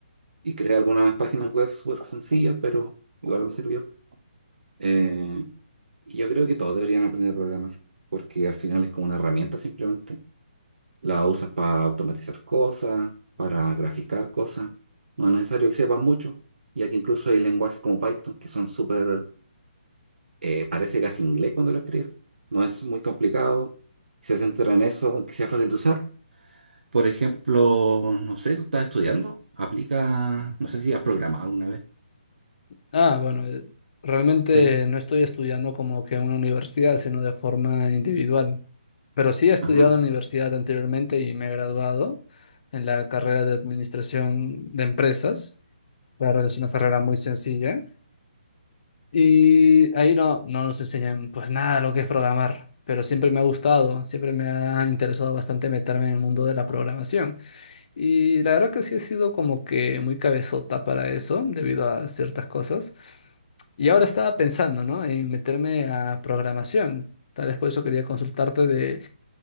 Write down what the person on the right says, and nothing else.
y creé algunas páginas web súper sencillas, pero igual me sirvió. Eh, y yo creo que todos deberían aprender a programar, porque al final es como una herramienta simplemente La usas para automatizar cosas, para graficar cosas. No es necesario que sepas mucho, ya que incluso hay lenguajes como Python que son súper, eh, parece casi inglés cuando lo escribes. No es muy complicado, si se centra en eso, en que sea fácil de usar. Por ejemplo, no sé, tú estás estudiando, aplica, no sé si has programado alguna vez.
Sí,
ajá.